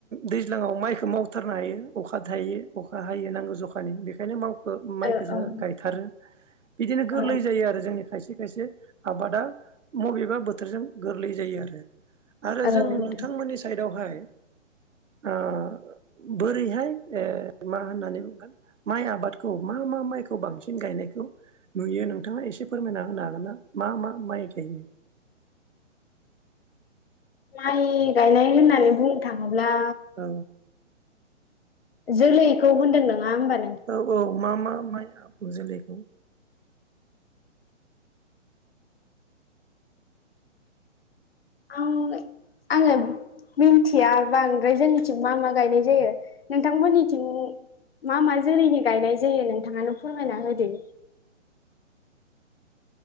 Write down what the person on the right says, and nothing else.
दैज्लाङाव माइखौ मावथारनो हायो अखा थायो अखा हायो नांगौ जखानि बेखायनो माव माइखौ
गायथारो बिदिनो गोरलै
जायो आरो जोंनि खा खायसे खायसे आबादा बबेबा बोथोरजों गोरलै जायो आरो आरो
जों नोंथांमोननि साइड खौहाय आ बोरैहाय ओ मा होननानै बुंगोन माइ आबादखौ मा मा माइखौ बांसिन गायनायखौ नुयो नोंथाङा एसे फोरमायना होनो हागोन ना? मा मा माइ गायो
औ
औ औ मा मा माइ आबु जोलैखौ